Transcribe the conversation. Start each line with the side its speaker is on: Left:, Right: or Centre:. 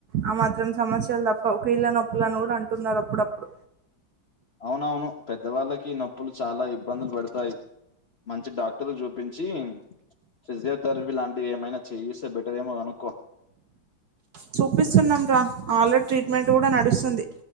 Right: ఆ మాత్రం సమస్యలు తప్ప ఒక కీళ్ళ నొప్పులని కూడా అంటున్నారు అప్పుడప్పుడు
Left: అవునవును పెద్దవాళ్ళకి నొప్పులు చాలా ఇబ్బందులు పెడతాయి. మంచి డాక్టర్లు చూపించి ఫిజియోథెరపీ లాంటివి ఏమైనా చెయ్యి ఇస్తే బెటర్ ఏమొ అనుకో
Right: చూపిస్తున్నాం రా ఆల్రెడీ ట్రీట్మెంట్ కూడా నడుస్తుంది